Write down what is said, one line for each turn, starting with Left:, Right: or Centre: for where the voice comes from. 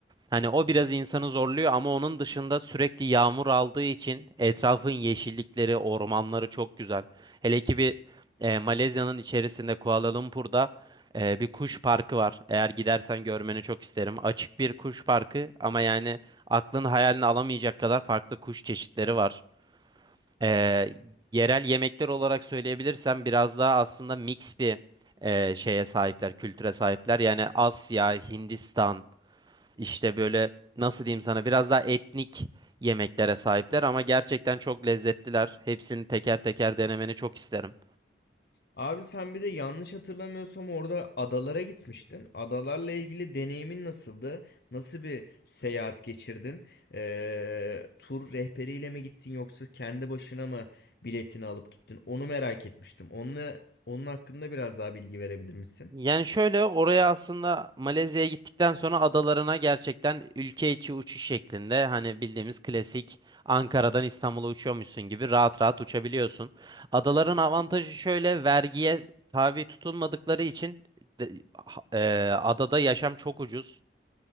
Right: Hani o biraz insanı zorluyor ama onun dışında sürekli yağmur aldığı için etrafın yeşillikleri, ormanları çok güzel. Hele ki bir e, Malezya'nın içerisinde Kuala Lumpur'da e, bir kuş parkı var. Eğer gidersen görmeni çok isterim. Açık bir kuş parkı ama yani aklın hayalini alamayacak kadar farklı kuş çeşitleri var. E, yerel yemekler olarak söyleyebilirsem biraz daha aslında mix bir e, şeye sahipler, kültüre sahipler. Yani Asya, Hindistan. İşte böyle nasıl diyeyim sana biraz daha etnik yemeklere sahipler ama gerçekten çok lezzetliler. Hepsini teker teker denemeni çok isterim.
Left: Abi sen bir de yanlış hatırlamıyorsam orada adalara gitmiştin. Adalarla ilgili deneyimin nasıldı? Nasıl bir seyahat geçirdin? Ee, tur rehberiyle mi gittin yoksa kendi başına mı biletini alıp gittin? Onu merak etmiştim. Onunla, onun hakkında biraz daha bilgi verebilir misin?
Right: Yani şöyle oraya aslında Malezya'ya gittikten sonra adalarına gerçekten ülke içi uçuş şeklinde hani bildiğimiz klasik Ankara'dan İstanbul'a uçuyormuşsun gibi rahat rahat uçabiliyorsun. Adaların avantajı şöyle vergiye tabi tutulmadıkları için de- ha- e, adada yaşam çok ucuz.